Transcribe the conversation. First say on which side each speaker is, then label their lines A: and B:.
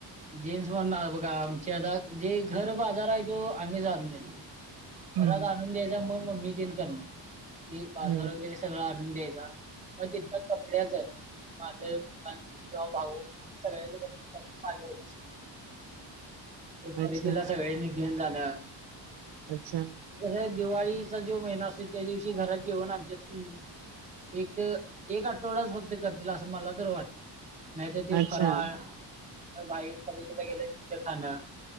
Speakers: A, on the right (about 15°); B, on the right (about 65°).
A: जेन्स म्हणणार बघा, आमचे आता जे घर बाजार आहे तो आम्हीच आणून देणार.
B: हं,
A: घरात आणून द्यायचा मग. मम्मी तेन करणार ती बाजार
B: हं.
A: वगैरे स सगळं आणून द्यायचा मग तिथंन कपड्याच माझे, पप्पा किंवा भाऊ, सगळ्याचीं कपडे माझ्या कडच मी खरेदीला
B: अच्छा,
A: सगळ्यांनी घेऊन जाणार
B: अच्छा!
A: कसं हाय दिवाळीचा जो महिना असतोय त्या दिवशी घरात जेवण आमच्यात एक -एक आठवडाच फक्त करतील असं मला तर वाटत नाही तर ते
B: अच्छा.
A: फराळ. बाहेर खरेदीला गेल तिथ खाणं